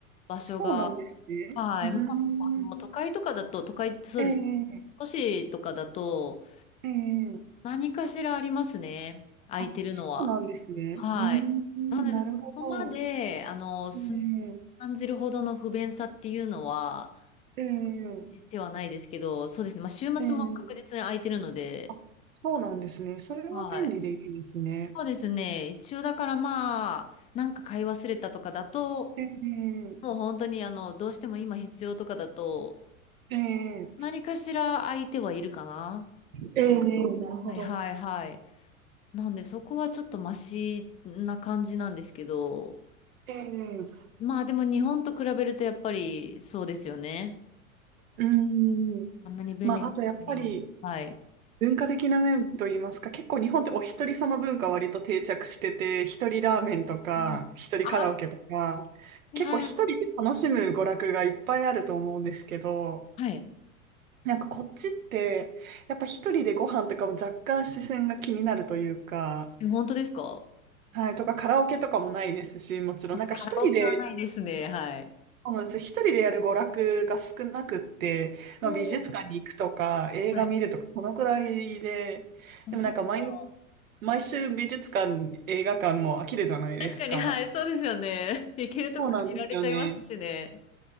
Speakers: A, on the left; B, on the right.
A: 場所が、
B: そうなんですね。
A: はい、
B: うーん。
A: まあ、あの、都会とかだと、都会ってそうです。
B: ええ
A: 都市とかだと、
B: ええ
A: 何かしらありますね、空いてるのは。
B: あ、そうなんですね。
A: はい。
B: うーん、
A: なので、
B: なるほど。
A: そこまで、あの、住み
B: ええ
A: 感じるほどの不便さっていうのは、
B: ええ
A: 感じてはないですけど、そうですね。まあ、週末も確実に空いてるので、
B: ええあ、そうなんですね。それは便利でいいですね。
A: はい。そうですね。一応だからまあ、なんか買い忘れたとかだと、
B: えー、
A: もう本当にあの、どうしても今必要とかだと、
B: えー、
A: 何かしら空いてはいるかな。
B: えー、なるほど。
A: はいはいはい。なんでそこはちょっとマシな感じなんですけど、
B: えー、
A: まあでも日本と比べるとやっぱりそうですよね。
B: うーん。
A: あんなに便利な国を。
B: まあ、あとやっぱり
A: はい。
B: 文化的な面といいますか、結構日本ってお一人様文化割と定着してて、一人ラーメンとか、
A: うん。
B: 一人カラオケとか、
A: あ、はいはい。
B: 結構一人で楽しむ娯楽がいっぱいあると思うんですけど、
A: はい。
B: なんかこっちって、やっぱ一人でご飯とかも若干視線が気になるというか、
A: え、本当ですか
B: はい、とかカラオケとかもないですし、もちろんなんか一人で、
A: まあ、カラオケはないですね。はい。
B: そうなんです、一人でやる娯楽が少なくって、
A: おー
B: まあ、美術館に行くとか映画見るとかそのくらいで、
A: はい。あ、
B: でもなんか毎、
A: そっか。
B: 毎週美術館、映画館も飽きるじゃないですか。
A: 確かに、はい、そうですよね。<laughs> 行けるとこ限られちゃいますしね。
B: そうなんですよね。